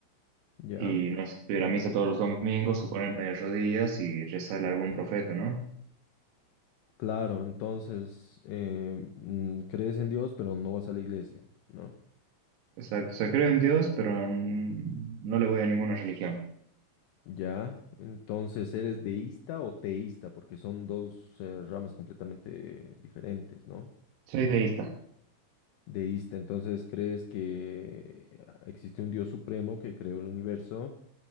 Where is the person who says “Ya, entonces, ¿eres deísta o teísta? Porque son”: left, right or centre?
Left